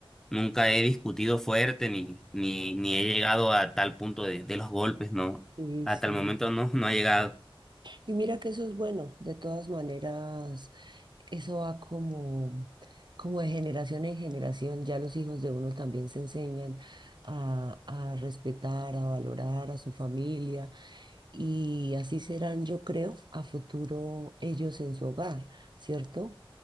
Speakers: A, in the centre; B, on the right.
A: nunca he discutido fuerte ni, ni, ni he llegado a tal punto de, de los golpes, no,
B: Sí,
A: hasta
B: sí.
A: el momento no, no ha llegado.
B: Y mira que eso es bueno, de todas maneras, eso va como, como de generación en generación, ya los hijos de uno también se enseñan a, a respetar, a valorar a su familia y así serán, yo creo, a futuro ellos en su hogar, ¿cierto?